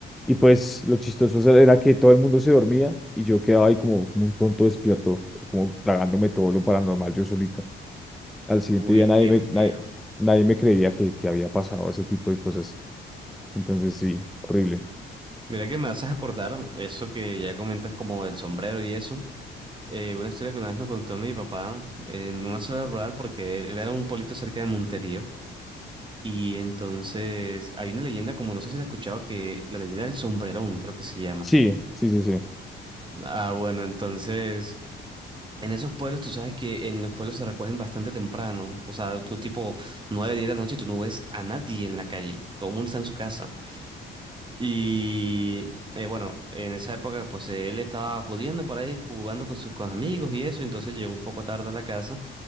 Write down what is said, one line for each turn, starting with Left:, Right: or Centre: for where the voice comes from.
Centre: Y pues lo chistoso era era que todo el mundo se dormía y yo quedaba ahí como, como un tonto despierto, como tragándome todo lo paranormal yo solito. al siguiente
Right: Uy,
Centre: día nadie
Right: qué
Centre: me,
Right: feo.
Centre: nadie, nadie me creía que, que había pasado ese tipo de cosas. Entonces sí, horrible.
Right: Mira que me haces acordar eso que ya comentas como el sombrero y eso. Eh, una historia que una vez nos contó mi papá en una zona rural porque él era un pueblito cerca de Montería Y entonces hay una leyenda, como no sé si la has escuchado, que la leyenda del sombrerón, creo que se llama.
Centre: Sí, sí, sí, sí.
Right: Ah, bueno, entonces en esos pueblos tú sabes que en los pueblos se recogen bastante temprano. O sea, tú tipo 9 10 de la noche y tú no ves a nadie en la calle. Todo el mundo está en su casa. Y eh, bueno, en esa época pues él estaba jodiendo por ahí, jugando con sus con amigos y eso, entonces llegó un poco tarde a la casa